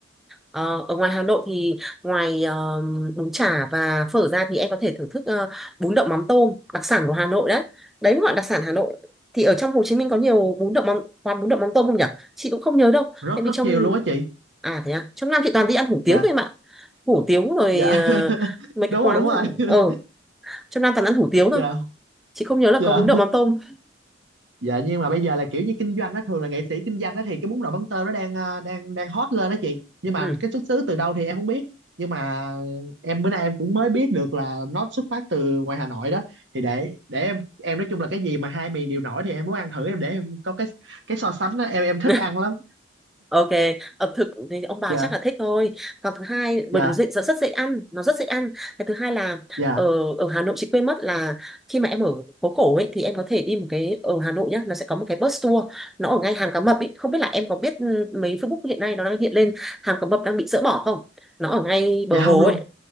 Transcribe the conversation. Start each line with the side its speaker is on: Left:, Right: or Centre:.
Centre: ờ, ở ngoài Hà Nội thì ngoài ờ, bún chả và phở ra thì em có thể thưởng thức ờ, bún đậu mắm tôm đặc sản của Hà Nội đấy đấy mới gọi là đặc sản Hà Nội thì ở trong Hồ Chí Minh có nhiều bún đậu mắm quán bún đậu mắm tôm không nhỉ chị cũng không nhớ đâu
Right: rất
Centre: tại vì
Right: rất
Centre: trong
Right: nhiều luôn á chị
Centre: à thế à trong Nam chị toàn đi ăn hủ tiếu
Right: dạ
Centre: thôi em ạ hủ tiếu rồi
Right: dạ
Centre: ờ,
Right: <laughs>
Centre: mấy
Right: đúng
Centre: cái quán
Right: rồi đúng rồi <laughs>
Centre: ở trong Nam toàn ăn hủ tiếu thôi
Right: dạ
Centre: chị không nhớ là
Right: dạ
Centre: có bún đậu mắm tôm
Right: dạ nhưng mà bây giờ là kiểu như kinh doanh nó thường là nghệ sĩ kinh doanh đó thì cái bún đậu mắm tôm nó đang ờ, đang đang hot lên đó chị nhưng mà
Centre: ừ
Right: cái xuất xứ từ đâu thì em không biết nhưng mà em bữa nay em cũng mới biết được là nó xuất phát từ ngoài Hà Nội đó thì để để em em nói chung là cái gì mà hai miền đều nổi thì em muốn ăn thử em để em có cái cái so sánh đó em em thích
Centre: <laughs>
Right: ăn lắm
Centre: Ok, ẩm thực thì
Right: <laughs>
Centre: ông bà
Right: dạ
Centre: chắc là thích thôi. Còn thứ hai, bởi
Right: dạ
Centre: vì nó
Right: dạ
Centre: dễ, nó rất dễ ăn, nó rất dễ ăn. Cái thứ hai là
Right: dạ
Centre: ở ở Hà Nội chị quên mất là khi mà em ở phố cổ ấy thì em có thể đi một cái ở Hà Nội nhá, nó sẽ có một cái bus tour, nó ở ngay Hàm Cá Mập ấy. Không biết là em có biết ừ, mấy Facebook hiện nay nó đang hiện lên Hàm Cá Mập đang bị dỡ bỏ không? Nó ở ngay bờ
Right: dạ
Centre: hồ
Right: không luôn
Centre: ấy.